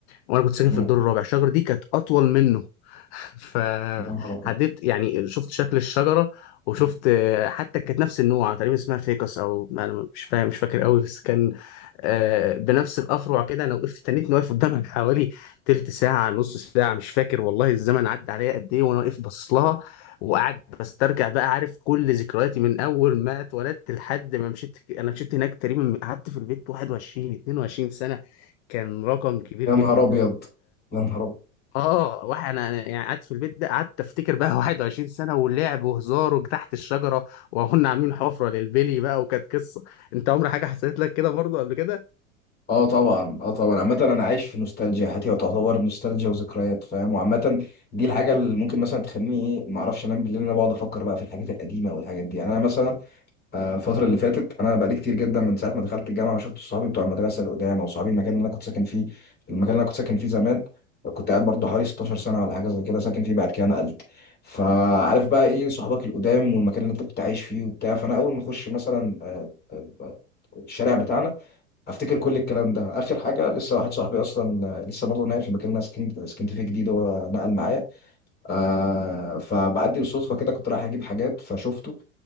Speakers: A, on the left; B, on the left.
A: وانا كنت ساكن
B: مم.
A: في الدور الرابع الشجره دي كانت اطول منه <laughs> فعديت
B: يا نهار أبيض
A: يعني شفت شكل الشجره وشفت آه، حتى كانت نفس النوع تقريبا اسمها فيكس او ما انا مش فاهم مش فاكر قوي بس كان آه، بنفس الافرع كده انا وقفت تنيت واقف قدامها <laughs> حوالي تلت ساعه نص ساعه مش فاكر والله الزمن عدى عليا قد ايه وانا واقف باصص لها وقعد بسترجع بقى عارف كل ذكرياتي من اول ما اتولدت لحد ما مشيت انا مشيت هناك تقريبا قعدت في البيت 21 22 سنه كان رقم كبير
B: يا
A: جدا
B: نهار أبيض يا نهار أبيض
A: اه واحد انا أنا يعني قعدت في البيت ده قعدت افتكر بقى <laughs> 21 سنه ولعب وهزار وتحت الشجره وكنا عاملين حفره للبلي بقى وكانت قصه انت عمر حاجه حصلت لك كده برضو قبل كده
B: اه طبعا اه طبعا عامة انا عايش في نوستالجيا حياتي تعتبر نوستالجيا وذكريات فاهم وعامة دي الحاجة اللي ممكن مثلا تخليني ايه ما اعرفش انام بالليل إن انا بقعد افكر بقى في الحاجات القديمة والحاجات دي يعني انا مثلا آه، الفترة اللي فاتت أنا بقالي كتير جدا من ساعة ما دخلت الجامعة ما شفت صحابي بتوع المدرسة اللي قدام أو صحابي المكان اللي أنا كنت ساكن فيه المكان اللي أنا كنت ساكن فيه زمان كنت قاعد برضه حوالي 16 سنة ولا حاجة زي كده ساكن فيه بعد كده نقلت فعارف بقى إيه صحابك القدام والمكان اللي أنت كنت عايش فيه وبتاع فأنا أول ما أخش مثلا آه، آه، آه، الشارع بتاعنا أفتكر كل الكلام ده آخر حاجة لسه واحد صاحبي أصلا آه، لسه برضه ناقل في المكان اللي أنا سكنت سكنت فيه جديد هو نقل معايا آه فبعدي بالصدفة كده كنت رايح أجيب حاجات فشفته